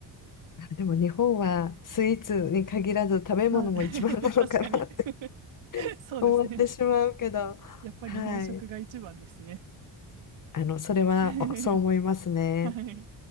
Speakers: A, on the left; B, on the right.
A: あでも日本はスイーツに限らず食べ物も一番なのかなって
B: まあ、<laughs> 確かに <laughs>
A: <laughs>
B: そうですね。
A: 思ってしまうけど。
B: やっぱ日本食が一番ですね。
A: はい。あの、それはおそう思いますね。
B: <laughs> はい。